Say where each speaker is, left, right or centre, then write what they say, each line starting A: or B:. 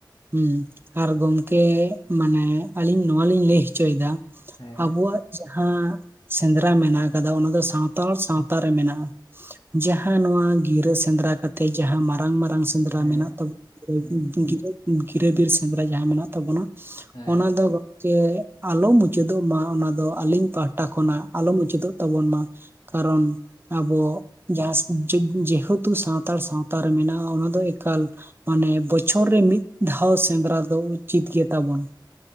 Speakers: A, on the right; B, on the left.
A: ᱦᱩᱸ ᱟᱨ ᱜᱚᱝᱠᱮ ᱢᱟᱱᱮ ᱟᱞᱤᱧ ᱱᱚᱣᱟᱞᱤᱧ ᱞᱟᱹᱭ ᱦᱚᱪᱚᱭᱫᱟ
B: ᱦᱮᱸ
A: ᱟᱵᱚᱣᱟᱜ ᱡᱟᱦᱟᱸ ᱥᱮᱸᱫᱽᱨᱟ ᱢᱮᱱᱟᱜ ᱠᱟᱫᱟ ᱚᱱᱟ ᱫᱚ ᱥᱟᱱᱛᱟᱲ ᱥᱟᱶᱛᱟ ᱨᱮ ᱢᱮᱱᱟᱜᱼᱟ᱾ ᱡᱟᱦᱟᱸ ᱱᱚᱣᱟ ᱜᱤᱨᱟᱹ ᱥᱮᱸᱫᱽᱨᱟ ᱠᱟᱛᱮᱜ ᱡᱟᱦᱟᱸ ᱢᱟᱨᱟᱝ ᱢᱟᱨᱟᱝ ᱥᱮᱸᱫᱽᱨᱟ
B: ᱦᱮᱸ
A: ᱢᱮᱱᱟᱜ ᱛᱟ <unintelligible>
B: ᱦᱮᱸ
A: ᱜᱤᱨᱟᱹ ᱜᱤᱨᱟᱹ ᱵᱤᱨ ᱥᱮᱸᱫᱽᱨᱟ ᱡᱟᱦᱟᱸ ᱢᱮᱱᱟᱜ ᱛᱟᱵᱚᱱᱟ
B: ᱦᱮᱸ
A: ᱚᱱᱟ ᱫᱚ ᱜᱚᱢ ᱠᱮ ᱟᱞᱚᱢ ᱢᱩᱪᱟᱹᱫᱚᱜ ᱢᱟ ᱚᱱᱟ ᱫᱚ ᱟᱞᱤᱧ ᱯᱟᱦᱴᱟ ᱠᱷᱚᱱᱟᱜ ᱟᱞᱚᱢ ᱢᱩᱪᱟᱹᱫᱚᱜ ᱛᱟᱵᱚᱱ ᱢᱟ᱾ ᱠᱟᱨᱚᱱ ᱟᱵᱚ ᱡᱟᱦᱟᱥ ᱡᱮᱦᱮᱛᱩ ᱥᱟᱱᱛᱟᱲ ᱥᱟᱶᱛᱟ ᱨᱮ ᱢᱮᱱᱟᱜᱼᱟ ᱚᱱᱟ ᱫᱚ ᱮᱠᱟᱞ ᱢᱟᱱᱮ ᱵᱚᱪᱷᱚᱨ ᱨᱮ ᱢᱤᱫ ᱫᱷᱟᱣ ᱥᱮᱸᱫᱽᱨᱟ ᱫᱚ ᱩᱪᱤᱛ ᱜᱮ ᱛᱟᱵᱚᱱ᱾